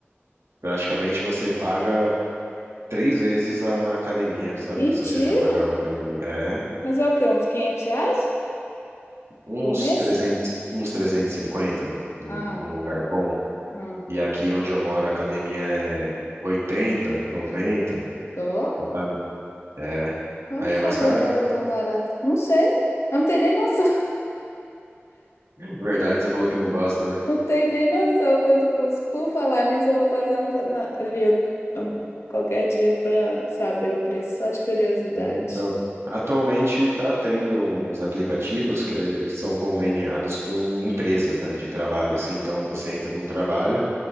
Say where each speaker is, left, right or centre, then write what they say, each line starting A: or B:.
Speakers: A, on the right (about 85°); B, on the left (about 80°).
A: Praticamente você paga três vezes a academia, sabe?
B: Mentira!
A: Se você for pagar uma academia. É,
B: Mas é o quê? Uns 500 reais
A: uns
B: por mês?
A: 300 uns 350 num,
B: ah,
A: num lugar bom.
B: ah.
A: E aqui onde eu moro, a academia é 80 90
B: Só?
A: então sabe? É.
B: Eu
A: Aí
B: não sabia
A: é mais caro?
B: que era tão barato. Não sei. Eu não tenho nem noção.
A: <laughs> Verdade,
B: <laughs>
A: você falou que não gosta, né?
B: Não tem nem noção quanto custa. Por falar nisso, eu vou passar no, na- ali um, qualquer dia para saber o preço, só de curiosidade.
A: Então, atualmente está tendo uns aplicativos que eh, são conveniados com empresas, né, de trabalho, assim. Então você entra num trabalho,